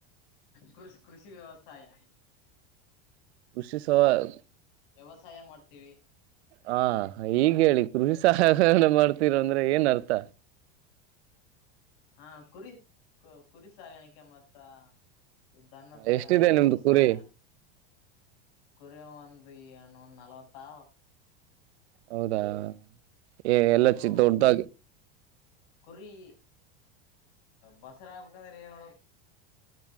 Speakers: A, on the left (about 55°); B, on the right (about 80°).
A: ಕೃಷ್ ಕೃಷಿ ವ್ಯವಸಾಯ,
B: ವುಷಿ ಸಾಗು
A: ವ್ಯವಸಾಯ ಮಾಡು ತಿ
B: ಹಾ ಈಗ ಹೇಳಿ ಕೃ ಸಹಹ ಎಲ್ಲ ಮಾಡ್ತೀರ ಅಂದ್ರೆ ಏನ್ ಅರ್ಥ
A: ಹಾ ಕುರಿ ಕುರಿ ಸಾಗಾಣಿಕೆ ಮತ್ತ ಇ ದನ್ನಸ
B: ಎಷ್ಟಿದೆ
A: ಹಸು
B: ನಿಮ್ದು
A: ಸಗ
B: ಕುರಿ
A: ಕುರಿ ಒಂದು ಏನ್ನೊಂದ್ ನಲ್ವತ್ತಾ,
B: ಹೌದಾ ಏ ಎಲ್ಲ
A: ಅದು
B: ಚಿ ದೊಡ್ಡದಾಗಿ
A: ಕುರಿ ಬಸರಕ್ಕಂದರೆ ಏನ